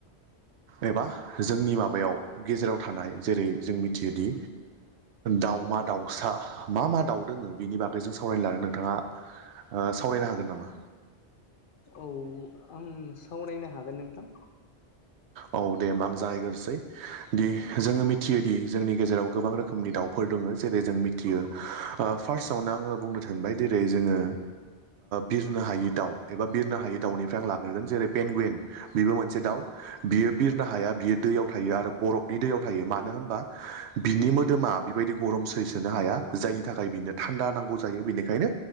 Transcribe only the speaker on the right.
एबा जोंनि माबायाव गेजेराव थानाय जेरै जों मिथियोदि दाउमा दाउसा मा मा दाउ दोङो बेनि बागै जों सावरायनो लादों नोंथाङा सावरायनो हागोन नामा?
औ दे होमबा आं जागायग्रोसै दि जोङो मिथियो दि जोंनि गेजेराव गोबां रोखोमनि दाउ फोर दङ जेरै जों मिथियो फार्स्टआवनो आङो बुंनो सानबाय जेरै जोङो बिरनो हायि दाउ एबा बिरनो हायि दाउनिफ्राय आं लाग्रोगोन जेरै पेनगुवेन बेबो मोनसे दाउ बियो बिरनो हाया बियो दैयाव थायो आरो बरफनि दैयाव थायो मानो होनबा बिनि मोदोमा बिबायदि गरम सैसोनो हाया जायनि थाखाय बिनो थान्दा नांगौ जायो बेनिखायनो